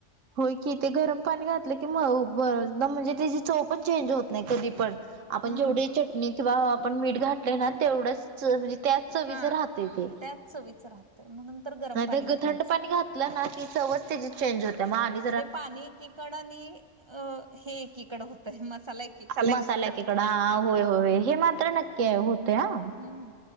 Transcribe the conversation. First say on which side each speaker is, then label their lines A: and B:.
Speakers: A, on the right; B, on the right.
A: होय की ते गरम पाणी घातलं की मग म्हणजे त्याची चव पण चेंज होत नाही कधी पण आपण
B: हम्म
A: जेवढी चटणी किंवा आपण मीठ घातलयं ना तेवढंच म्हणजे त्याच चवीचं
B: हा
A: राहतयं ते,
B: त्याच चवीच राहतय म्हणून तर गरम
A: नाही
B: पाणी
A: तर
B: घालायचं
A: थंड पाणी घात घातल ना की चवच त्याची चेंज होते म आम्ही
B: ते पाणी एकीकड आणि अ हे एकीकड होतय मसाला एक
A: मसाला एकिकड हा हा होय होय हे मात्र नक्की आहे होतय हा.
B: हम्म!